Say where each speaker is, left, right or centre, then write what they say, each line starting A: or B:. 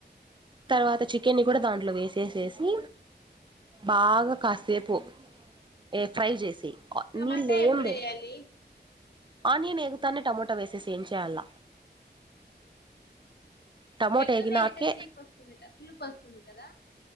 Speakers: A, on the right; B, on the left.
A: తర్వాత చికెన్ని
B: ఉమ్,
A: కూడా దాంట్లో వేసేసేసి బాగా
B: ఉమ్.
A: కాసేపు ఎ ఫ్రై జేసేయ్
B: టమాటా
A: నీళ్లెం
B: ఎప్పుడేయాలి
A: బోయకు. ఆనియన్ ఎగుతానే టమోటా వేసేసి ఏంచేయల. టమోటా
B: ఎక్కువేస్తే
A: ఎగినాకే
B: తీపి వస్తుంది పులుపు వస్తుంది కదా